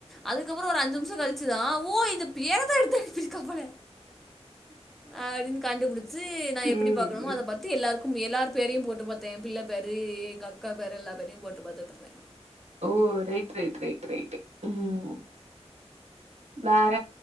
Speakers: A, in the centre; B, on the right.
A: அதுக்கப்றோ ஒரு அஞ்சு நிம்ஷோ கழிச்சி ச்சி தா ஓ இத பேரதா எடுத்து அனுப்பிருக்கா போல அப்டின் கண்டுபுடிச்சு நா
B: ம்.
A: எப்டி பாக்குனுமோ அத பாத்து எல்லாருக்கு அவுங் எல்லார் பேரையு போட்டு பாத்தே ஏன் பிள்ள பேரு எங்கக்கா பேரு எல்லா பேரையு போட்டு பாத்துட்ருந்தே
B: ஓ ரைட் ரைட் ரைட் ரைட்டு ம் வேற